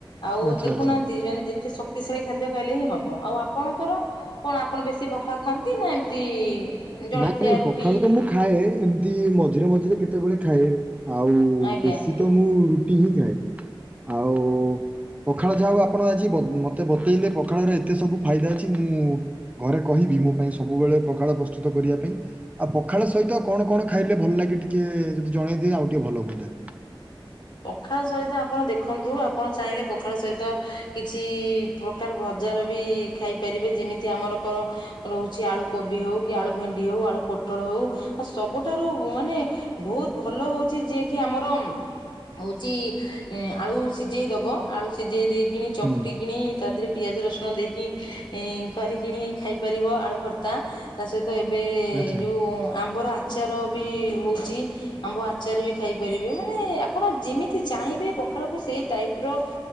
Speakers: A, on the left; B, on the right.
A: ଆଉ
B: ଆଚ୍ଛା
A: ଦେଖୁନାହାନ୍ତି
B: ଆଚ୍ଛା।
A: ମାନେ ଯେତେ- ଶାକ୍ତି ଶାଳୀ ଖାଦ୍ୟ ଖାଇଲେ ହିଁ ହବ ଆଉ ଆପଣଙ୍କର କଣ ଆପଣ ବେଶୀ ପଖାଳ ଖାଆନ୍ତି ନା ଏମିତି ଜଳଖିଆ
B: ନାଇଁ ନାଇଁ
A: ରୁଟି
B: ପଖାଳୁ ତ ମୁଁ ଖାଏ ଏମିତି ମଝିରେ ମଝିରେ କେତେବେଳେ ଖାଏ ଆଉ
A: ଆଜ୍ଞା।
B: ବେଶୀ ତ ମୁଁ ରୁଟି ହିଁ ଖାଏ। ଆଉ ପଖାଳ ଯାହା ହଉ ଆପଣ ଆଜି ମତେ ବତେଇଲେ ପଖାଳରେ ଏତେ ସବୁ ଫାଇଦା ଅଛି ମୁଁ ଘରେ କହିବି ମୋ ପାଇଁ ସବୁବେଳେ ପଖାଳ ପ୍ରସ୍ତୁତ କରିବା ପାଇଁ। ଆଉ ପଖାଳ ସହିତ କଣ କଣ ଖାଇଲେ ଭଲ ଲାଗେ ଟିକିେ ଯଦି ଜଣେଇଦିଏ ଆଉ ଟିକେ ଭଲ ହୁଅନ୍ତା।
A: ପଖାଳ ସହିତ ଆପଣ ଦେଖନ୍ତୁ ଆପଣ ଚାହିଁଲେ ପଖାଳ ସହିତ କିଛି ପ୍ରକାର ଭଜାର ବି ଖାଇପାରିବେ ଯେମିତି ଆମର କ ରହୁଚି ଆଳୁ କୋବି ହଉ କି ଆଳୁ ଭେଣ୍ଡି ହଉ ଆଳୁ ପୋଟଳ ହଉ ଆଉ ସବୁଠାରୁ ମାନେ ବହୁତ ଭଲ ହଉଚି ଯିଏ କିି ଆମର ହଉଛି ଆଳୁ ସିଝେଇଦବ ଆଳୁ ସିଝେଇ ଦେଇକିଣି ଚଟକିଣି
B: ହୁଁ
A: ତା ଦେ ପିଆଜ ରସୁଣ ଦେଇକି କରିକିଣି ଖାଇପାରିବ ଆଳୁ ଭର୍ତ୍ତା। ତା ସହିତ ଏବେ
B: ଆଚ୍ଛା
A: ଯୋଉ ଆମ୍ବର ଆ ଆଚାର ବି ହଉଚି ଆମ୍ବ ଆଚାର ବି ଖାଇପାରିବେ ମାନେ ଆ ଆପଣ ଯେମିତି ଚାହିଁବେ ପଖାଳକୁ ସେଇ ଟାଇପ୍ ର